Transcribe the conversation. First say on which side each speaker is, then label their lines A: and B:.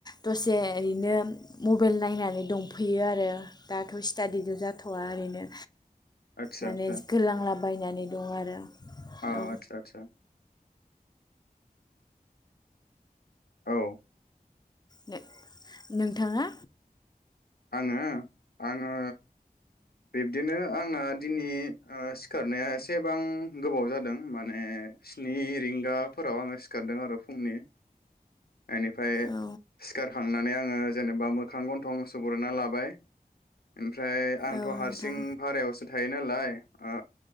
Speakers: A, on the left; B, on the left.
A: दसे ओरैनो मबाइल नायनानै दंफैयो आरो दाथ' स्टादिजों' जाथ'वा ओरैनो।
B: आदसा
A: माने
B: आदसा
A: गोलांला बायनानै दं आरो।
B: अ
A: औ
B: आतसा आतसा औ
A: नो नोंथाङा
B: आङो आङो बिब्दिनो आंना दिनै सिखारनाया एसेबां गोबाव जादों माने स्नि रिंगाफोराव आङो सिखारदों आरो फुंनि। बेनिफ्राय
A: औ
B: सिखारखांना नै आङो जेनेबा मोखां गन्थं सुग्रोना लाबाय। ओमफ्राय थ'
A: औ
B: हारसिं
A: नोंथां
B: भारायावसो थायो थायो नालाय ओ